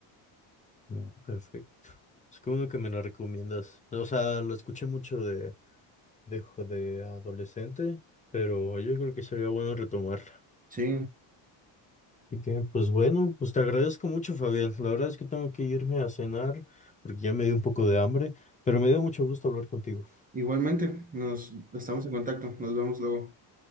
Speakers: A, on the left (about 15°); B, on the right (about 20°).
A: No, perfecto. Es que bueno que me la recomiendas. O sea, lo escuché mucho de, de, jo- de adolescente, pero yo creo que sería bueno retomarla.
B: Sí,
A: Así que, pues bueno, pues te agradezco mucho, Fabián. La verdad es que tengo que irme a cenar porque ya me dio un poco de hambre, pero me dio mucho gusto hablar contigo.
B: igualmente, nos estamos en contacto, nos vemos luego.